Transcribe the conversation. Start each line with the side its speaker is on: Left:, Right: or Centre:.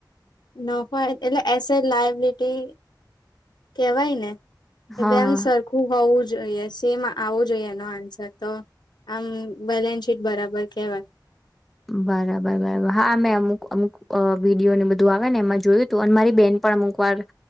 Left: નફો એ <unintelligible> એ સે લાયબલિટી કેવાય ને?
Centre: હા
Left: <unintelligible>
Centre: હા
Left: સરખું હોવું જ જોઈએ સેમ આવું જોઈએ એનો આન્સર તો આમ બેલેન્સ શીટ બરાબર કેહેવાય.
Centre: બરાબર બરાબર હા મેં અમુક અમુક વિડીયોને બધું આવે ને એમાં જોયું તું અને મારી બેન પણ અમુક વાર